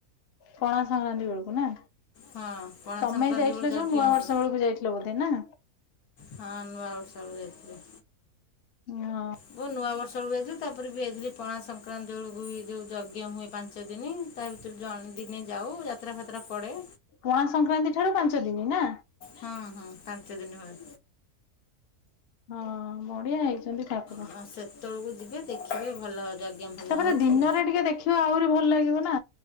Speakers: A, on the left; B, on the left.
A: ପଣା ସଂକ୍ରାନ୍ତି ବୋଳକୁ ନା।
B: ହଁ ପଣା
A: ତମେ
B: ସଂକ୍ରାନ୍ତି
A: ଯାଇଥିଲ
B: ବେଳକୁ ଯଜ୍ଞ
A: ଯୋଉ ନୂଆ
B: ହୁଏ
A: ବର୍ଷ ବେଳକୁ ଯାଇ ଥିଲ ବୋଧେ ନା?
B: ହଁ ନୂଆ ବର୍ଷ ବେଳକୁ ଯାଇଥିଲି।।
A: ହଁ।
B: ମୁଁ ନୂଆ ବର୍ଷ ବେଳକୁ ଯାଇଥିଲି ତାପରେ ବି ଯାଇଥିଲି ପଣା ସଂକ୍ରାନ୍ତି ବେଳକୁ ବି ଯୋଉ ଯଜ୍ଞ ହୁଏ ପାଞ୍ଚ ଦିନି। ତା ଭିତରୁ ଜଣେ ଦିନେ ଯାଉ ଯାତ୍ରା ଫାତ୍ରା ପଡେ।
A: ପଣା ସଂକ୍ରାନ୍ତିଠାରୁ ପାଞ୍ଚ ଦିନି ନା।
B: ହଁ ହଁ ପାଞ୍ଚ ଦିନି ହୁଏ।
A: ହଁ ବଢିଆ ହେଇଚି। ସେମତି ଠାକୁର
B: ହଁ ସେତେବେଳକୁ ଯିବେ ଦେଖିବେ ଭଲ ଯଜ୍ଞ ଫଜ୍ଞ
A: ତାପରେ
B: ହୋଉଚି।
A: ଦିନରେ ଟିକେ ଦେଖିବ ଆହୁରି ଭଲ ଲାଗିବ ନା।